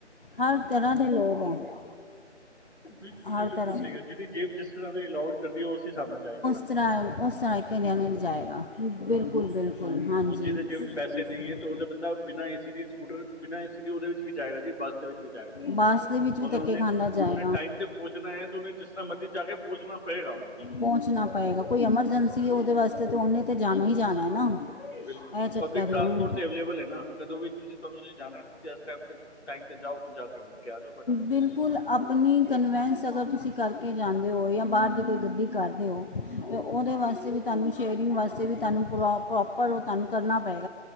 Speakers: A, on the left; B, on the left.
A: ਹਰ ਤਰ੍ਹਾਂ ਦੇ ਲੋਕ ਹੈ
B: ਬਿਲਕੁਲ
A: ਹਰ
B: ਜੀ ਬਿਲਕੁਲ
A: ਤਰ੍ਹਾਂ
B: ਸਹੀ ਹੈ ਜਿਹਦੀ ਜੇਬ ਜਿਸ ਤਰ੍ਹਾਂ ਦੇ ਅਲਾਉਡ ਕਰਦੀ ਹੈ ਉਸੇ ਹਿਸਾਬ ਨਾਲ ਜਾਏਗਾ ਨਾ
A: ਉਸ ਤਰ੍ਹਾਂ ਉਸ ਤਰ੍ਹਾਂ ਘਰਿਆਂ ਨੇ ਜਾਏਗਾ ਬਿਲਕੁਲ ਬਿਲਕੁਲ ਹਾਂਜੀ
B: ਹੁਣ ਜਿਹਦੇ ਜੇਬ
A: ਸ਼ਹੀ
B: ਵਿੱਚ ਪੈਸੇ ਨਹੀਂ ਹੈ ਤੇ ਉਹ ਬੰਦਾ ਬਿਨਾਂ ਏਸੀ ਦੀ ਸਕੂਟਰ ਬਿਨਾਂ ਏਸੀ ਦੀ ਉਹਦੇ ਵਿੱਚ ਵੀ ਜਾਏਗਾ ਜੀ ਬੱਸ ਦੇ ਵਿੱਚ ਵੀ ਜਾਏਗਾ
A: ਬਾਂਸ ਦੇ ਵਿੱਚ
B: ਮਗਰ
A: ਵੀ ਧੱਕੇ
B: ਉਹਨੇ
A: ਖਾਂਦਾ ਜਾਏ
B: ਉਹਨੇ ਟਾਈਮ ਤੇ ਪਹੁੰਚਣਾ ਹੈ ਤੇ ਉਹਨੇ ਜਿਸ ਤਰ੍ਹਾਂ ਮਰਜ਼ੀ ਜਾ ਕੇ ਪਹੁੰਚਣਾ ਪਏਗਾ ਉਹਨੂੰ
A: ਪਹੁੰਚਣਾ ਪਏਗਾ ਕੋਈ ਐਮਰਜੈਂਸੀ ਹੈ ਉਹਦੇ ਵਾਸਤੇ ਤਾਂ ਉਹਨੇ ਤਾਂ ਜਾਣਾ
B: ਬਿਲਕੁਲ।
A: ਹੀ ਜਾਣਾ ਹੈ ਨਾ
B: ਬਿਲਕੁਲ ਹੁਣ
A: ਇਹ ਚੱਕਰ
B: ਪਬਲਿਕ
A: ਹੈ
B: ਟਰਾਂਸਪੋਰਟ
A: ਉਹ
B: ਤੇ ਅਵੇਲੇਬਲ ਹੈ ਨਾ ਕਦੋਂ ਵੀ ਤੁਸੀਂ ਤਾਂ ਤੁਸੀ ਜਾਣਾ ਤੁਸੀ ਇਸ ਟਾਇਮ ਤੇ ਟਾਈਮ ਤੇ ਜਾਓ ਤੇ ਜਾ ਕੇ ਹੋ ਕੇ ਆ ਜਾਓ ਫਟਾਫਟ,
A: ਬਿਲਕੁਲ ਆਪਣੀ ਕਨਵੈਂਸ ਅਗਰ ਤੁਸੀਂ ਕਰਕੇ ਜਾਂਦੇ ਹੋ ਜਾਂ ਬਾਹਰ ਦੀ ਕੋਈ ਗੱਡੀ ਕਰਦੇ ਹੋ ਅਤੇ ਉਹਦੇ ਵਾਸਤੇ ਵੀ ਤੁਹਾਨੂੰ ਸ਼ੇਅਰਿੰਗ ਵਾਸਤੇ ਵੀ ਤੁਹਾਨੂੰ ਪ੍ਰੋ ਪ੍ਰੋਪਰ ਤੁਹਾਨੂੰ ਕਰਨਾ ਪਏ